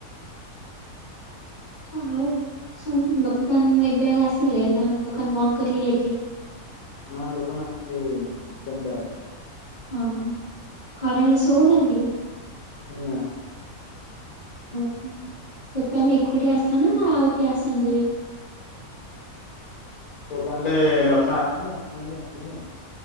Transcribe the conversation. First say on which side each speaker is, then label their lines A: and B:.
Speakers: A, on the left; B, on the left.
A: ଆଉ ଶ ଦୋକାନ ଏବେ ଆସିଲେ ନା ଦୋକାନ ବନ୍ଦ କରିକି ଯାଇଥିଲେ।
B: ନା ଦୋକାନ ଆସିଥିଲି ତିନିଟା ବେଳେ
A: ଓ ହ ଖରାବେଳେ ଶଉନାହାନ୍ତି କି?
B: ନାଁ।
A: ଓହୋ ଦୋକାନ ଏକୁଟିି ଆସନ ନା ଆଉ କିଏ ଆସନ୍ତି ବି? <inaudible>
B: ଦୋକାନ ରେ ବାପା ଆସନ୍ତି ଆସିନାହାନ୍ତି ଆସିବେ ଆ